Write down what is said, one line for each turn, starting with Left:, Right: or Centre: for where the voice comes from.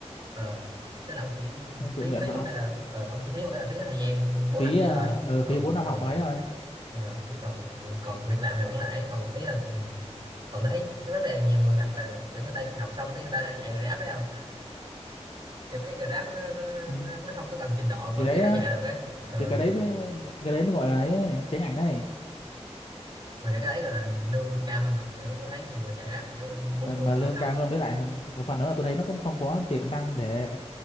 Right: ờ tức là ông chỉ
Left: nó tự
Right: phí
Left: nguyện
Right: phí
Left: mà
Right: một cái là ờ, ông chỉ phí một cái là phí thời gian 4
Left: phí
Right: năm kia
Left: ờ,
Right: thôi
Left: ờ,
Right: chứ còn
Left: phí bốn năm
Right: ờ,
Left: học mấy rồi
Right: ờ, chứ còn còn việc làm thì vẫn là ấy còn ý là ừ. còn tôi thấy cái vấn đề nhiều người gặp là kiểu người ta học xong cái người ta ra chạy Grab phải không kiểu cái Grab á, nó, nó,
Left: ừ.
Right: nó nó không có cần trình độ vẫn
Left: thì đấy
Right: có thể
Left: á,
Right: chạy được ấy ờ,
Left: thì cái đấy mới cái đấy mới gọi là ấy, tránh ảnh này
Right: mà kiểu cái đấy gọi là lương cao hơn thật kiểu tôi thấy nhiều người chạy Grab kiểu lương
Left: mà
Right: 40
Left: mà
Right: ở
Left: lương
Right: không
Left: cao hơn với lại một phần nữa là tôi thấy nó cũng không có tiềm năng để